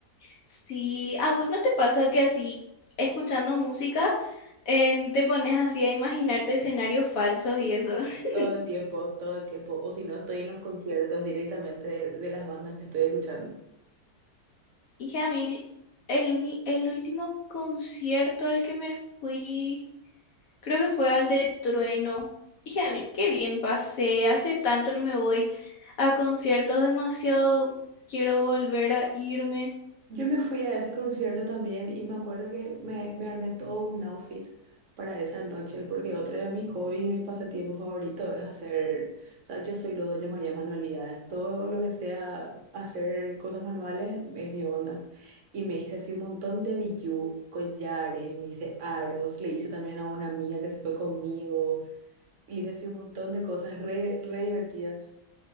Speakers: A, on the left; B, on the right.
A: Sí, ¿a vos no te pasa que así, escuchando música, em, te pones así a imaginarte escenarios falsos y eso? <laughs>
B: Todo el tiempo, todo el tiempo. O si no, estoy en los conciertos directamente de, de las bandas que estoy escuchando.
A: Y a mí, el, uni- el último concierto al que me fui, creo que fue al de Trueno. Y a mí, qué bien pasé, hace tanto no me voy a conciertos, demasiado quiero volver a irme.
B: Yo me fui a ese concierto también y me acuerdo que me, me armé todo un outfit para esa noche porque otro de mis hobbies y mis pasatiempos favoritos es hacer, o sea, yo soy lo que llamaría manualidades, todo lo que sea hacer cosas manuales es mi onda. Y me hice así un montón de bijú, collares, me hice aros, le hice también a una amiga que se fue conmigo y le hice así un montón de cosas re, re divertidas.